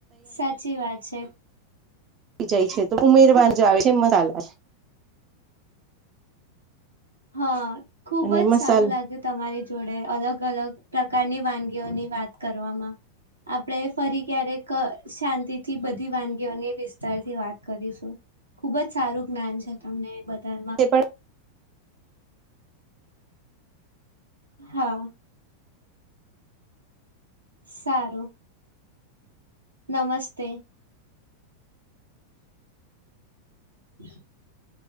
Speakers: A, on the right (about 80°); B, on the right (about 30°).
A: સાચી વાત છે.
B: ઈ જાય છે. તો ઉમેરવાન જે આવે છે એ મસાલા
A: હા. ખુબ
B: અને
A: જ
B: મસાલા
A: સારું લાગ્યું તમારી જોડે અલગ ગ અલગ પ્રકારની વાનગીઓની વાત કરવામાં આપણેે ફરી ક્યારેક શાંતિથી બધી વાનગીઓની વિસ્તાર થી વાત કરીશું. ખુબ જ સારું જ્ઞાન છે તમને બ ધામાં
B: તે પણ
A: હા. સારું. નમસ્તે. <inaudible>